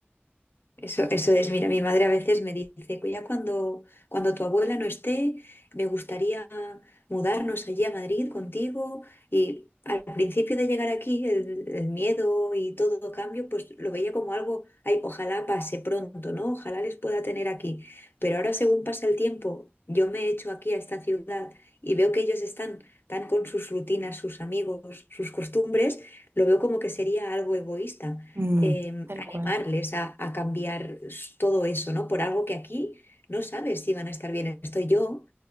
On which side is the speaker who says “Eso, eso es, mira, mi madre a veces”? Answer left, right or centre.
Left